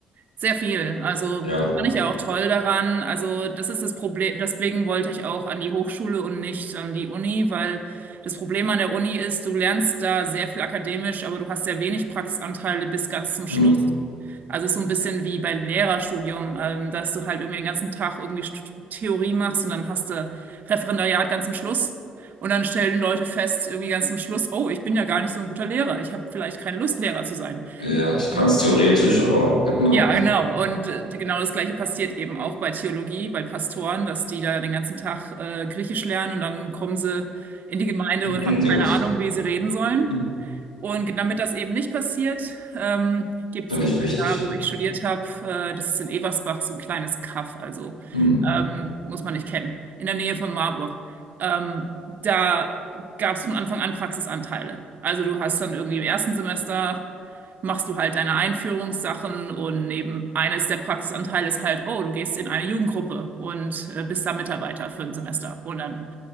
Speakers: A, on the right; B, on the left.
A: sehr viel. Also
B: Ja.
A: das fand ich ja auch toll daran. Also das ist das Problem. Deswegen wollte ich auch an die Hochschule und nicht an die Uni, weil das Problem an der Uni ist, du lernst da sehr viel akademisch, aber du hast sehr wenig Praxisanteile bis ganz zum Schluss.
B: Hm.
A: Also ist so ein bisschen wie beim Lehrerstudium, ähm, dass du halt irgendwie den ganzen Tag irgendwie St- Theorie machst und dann hast du Referendariat ganz am Schluss. Und dann stellen Leute fest, irgendwie ganz am Schluss, oh, ich bin ja gar nicht so ein guter Lehrer. Ich habe vielleicht keine Lust, Lehrer zu sein.
B: Ja, ich kann
A: Hm?
B: es theoretisch, aber genau.
A: Ja, genau. Und äh, genau das Gleiche passiert eben auch bei Theologie, bei Pastoren, dass die da den ganzen Tag äh, Griechisch lernen und dann kommen sie in die Gemeinde und
B: In
A: haben
B: dem
A: keine
B: Moment
A: Ahnung, wie sie reden sollen.
B: <laughs>
A: Und damit das eben nicht passiert, ähm, gibt
B: finde
A: es eben
B: ich wichtig.
A: da, wo ich studiert habe, äh, das ist in Eversbach, so ein kleines Kaff, also
B: Hm.
A: ähm, muss man nicht kennen, in der Nähe von Marburg. Ähm, da gab es von Anfang an Praxisanteile. Also du hast dann irgendwie im ersten Semester machst du halt deine Einführungssachen und neben eines der Praxisanteile ist halt, oh, du gehst in eine Jugendgruppe und äh, bist da Mitarbeiter für ein Semester. Und dann